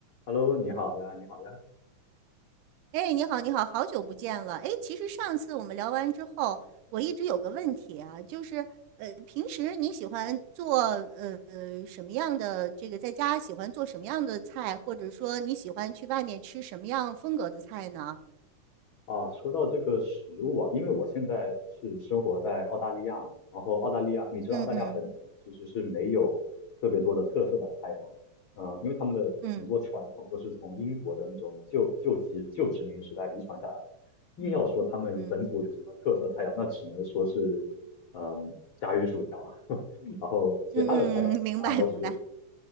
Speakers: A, on the left; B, on the right.
A: Hello，你好呀，你好呀。
B: 哎，你好，你好，好久不见了。哎，其实上次我们聊完之后，我一直有个问题啊，就是呃，平时你喜欢做呃呃什么样的这个在家喜欢做什么样的菜，或者说你喜欢去外面吃什么样风格的菜呢？
A: 啊，说到这个食物啊，因为我现在是生活在澳大利亚嘛，然后澳大利亚，你知道澳大利亚本土其实是没有特别多的特色的菜肴的，
B: 嗯嗯
A: 嗯，因为他们的很多传统都是从英国的那种旧旧殖旧殖民时代遗传下来的。
B: 嗯
A: 硬要说他们本土有什么特色菜肴，
B: 嗯
A: 那只能说是，嗯，炸鱼薯条，<laughs> 然后其他的菜肴基本上都是
B: 嗯嗯，明白明白